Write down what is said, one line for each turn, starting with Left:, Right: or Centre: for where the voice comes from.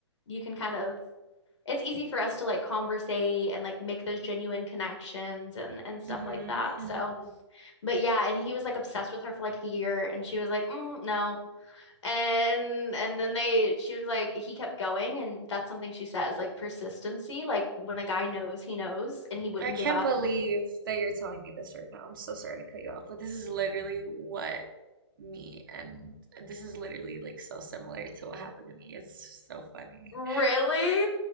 Left: you can kind of it's easy for us to like conversate and like make those genuine connections and and stuff
Right: Mm-hmm,
Left: like that.
Right: mm-hmm.
Left: So, but yeah, and he was like obsessed with her for like a year, and she was like, mm, no, and and then they she was like he kept going, and that's something she says like persistency, like when a guy knows, he knows, and he wouldn't
Right: I can't
Left: give up.
Right: believe that you're telling me this right now. I'm so sorry to cut you off, but this is literally what me and this is literally like so similar to what happened to me. It's so funny.
Left: Really?